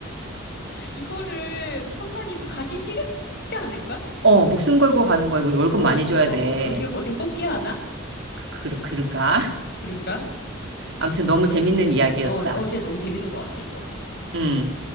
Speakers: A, on the left; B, on the right.
A: 이거를 선관이도 가기 싫지 않을까?
B: 어, 목숨 걸고 가는 거에 뭐 월급
A: 어,
B: 많이 줘야
A: 그 뭐,
B: 돼.
A: 어, 어떻게, 어떻게 뽑기 하나?
B: 그, 그, 그런가? <laughs>
A: 그런가?
B: 아무튼 너무 재밌는 이야기였다.
A: 어, 어, 진짜 너무 재밌는 것 같아, 이거.
B: 음.